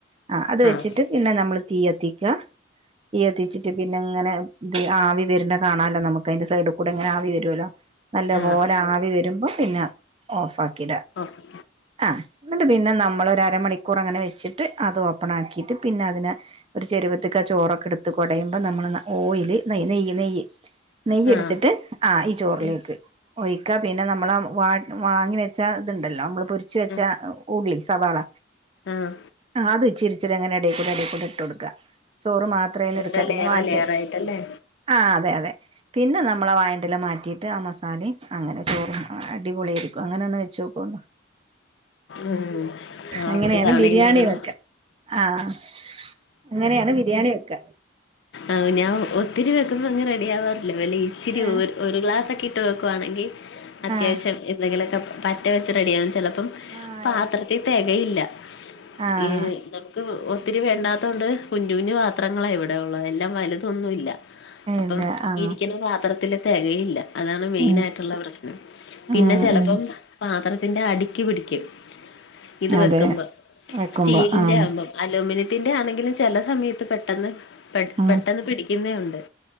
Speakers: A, on the right; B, on the left.
A: ആ അത് വെച്ചിട്ട്
B: ആഹ്
A: പിന്നെ നമ്മള് തീ കത്തിക്കുക തീ കത്തിച്ചിട്ട് പിന്നെ ഇങ്ങനെ ഇ ആവി വരുന്ന കാണല്ലോ നമുക്ക് അതിന്റെ സൈഡിൽ കൂടെ ഇങ്ങനെ ആവി വരുല്ലോ നല്ല
B: ആഹ്
A: പോലെ ആവി വരുമ്പോ പിന്നെ ഓഫ് ആക്കിട
B: ഓക്കെ
A: ആഹ എന്നിട്ട് പിന്നെ നമ്മളൊരമണിക്കൂർ അങ്ങനെ വെച്ചിട്ട് അത് ഓപ്പൺ ആക്കിയിട്ട് പിന്നെ അതിനെ ഒരു ചെരുവ ത്തക്ക ചോറൊക്കെ എടുത്ത് കുടയുമ്പോൾ നമ്മൾ ഓയിൽ നെയ്യ് നെയ്യ് നെയ്യ് നെയ്യ എടുത്തിട്ട്
B: ആഹ്
A: ആ ഈ ചോറിലേക്ക്
B: ഉം
A: ഒഴിക്കുക പിന്നെ നമ്മള വാ വാങ്ങി വെച്ചാൽ ഇതുണ്ടല്ലോ നമ്മൾ പൊരിച്ച് വെച്ചാൽ
B: ഉം
A: ഉള്ളി സവാള
B: ആഹ്
A: ആഹ് അത് ഇച്ചിരിച്ചിരി അങ്ങനെ എടേ കൂടെ എടേ കൂടെ ഇട്ട് കൊടുക്കാ ചോറ് മാത്രയല്ലേ
B: ഓരോ
A: എടുക്ക പിന്നെ
B: ലെയറ്
A: വാണ്ട്
B: ലെയറായിട്ടല്ലേ
A: ആഹ് അതെ അതെ പിന്നെ നമ്മളാ വായൻ്റെല മാറ്റീട്ട് ആഹ് മസാലേം അങ്ങനെ ചോറും ആഹ് അടിപൊളിയേരിക്കും അങ്ങനൊന്ന് വെച്ചോക്കോണ്ടു <inaudible>
B: ഉം ആഹ്
A: അങ്ങനെയാണ്
B: ഒരു തവണ
A: ബിരിയാണി
B: ഇനി അങ്ങനെ
A: വെക്ക ആഹ് അങ്ങനെയാണ് ബിരിയാണി വെക്ക
B: ആഹ് ഞാൻ ഒത്തിരി വെക്കുമ്പങ്ങ് റെഡിയാവാറില്ല വല്ല ഇച്ചിരി
A: ഏഹ്
B: ഒര് ഒരു ഗ്ലാസ്സൊക്കെ ഇട്ട് വെക്കുവാണെങ്കി അത്യാവശ്യം
A: ആഹ്
B: എന്തെങ്കിലൊക്കെ പറ്റ വെച്ച് റെഡിയാവും ചെലപ്പ് പ്പം
A: ആഹ്
B: പാത്രത്തീ തെകയില്ല
A: ആഹ്
B: ഏഹ് നമുക്ക് വ് ഒത്തിരി വേണ്ടാത്ത കൊണ്ട് കുഞ്ഞു കുഞ്ഞു പാത്രങ്ങളാ ഇവിടെ ഒള്ളത് എൽ ല്ലാം വലുതൊന്നു ഇല്ല അപ്പം
A: ഇല്ല ആഹ്
B: ഇരിക്കുന്ന പാത്രത്തില് തെകയില്ല അതാണ് മെയിനായിട്ടുള്ള
A: ഉം
B: പ്രശ്നം പിന്നെ
A: ഉം
B: ചെലപ്പം
A: ഉം
B: പാത്രത്തിന്റെ അടി ക്ക് പിടിക്കും ഇത് വെക്കുമ്പം
A: അതെ വെക്കുമ്പോ
B: സ്റ്റീലിന്റെയാവുമ്പം
A: ആഹ്
B: അലോമിനിയത്തിന്റെ ആന്നെങ്കിലും ചെല സമയത്ത് പെട്ടെന്ന് പെ
A: ഉം
B: പെട്ടെന്ന് പിടിക്കുന്നേ ഒണ്ട്